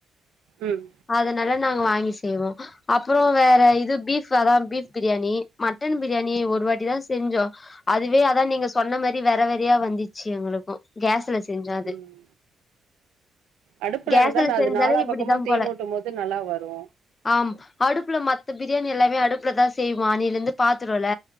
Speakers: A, on the right; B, on the left.
A: ம்
B: அதனால்ல நா வாங்கி செய்வோ அப்புறோ வேற இது பீப் அதா பீப் பிரியாணி மட்டன் பிரியாணி ஒரு வாட்டி தா செஞ்சோ அதுவே அதா நீங்க சொன்ன மாதிரி வெறவெறையா வந்துச்சு எங்களுக்கும் கேஸ்ல செஞ்சோ அது
A: உம் அடுப்புல
B: கேஸ்ல
A: இருந்தா நா அது
B: செஞ்சாலே
A: நாலா
B: இப்டிதா
A: பக்கமு தீ
B: போல
A: மூட்டும் போது நல்லா வரு
B: ஆம் அடுப்புல மத்த பி இதே மாரி எல்லாமே அடுப்புலதா செய்வா அன்னிலருந்து பாத்ருவல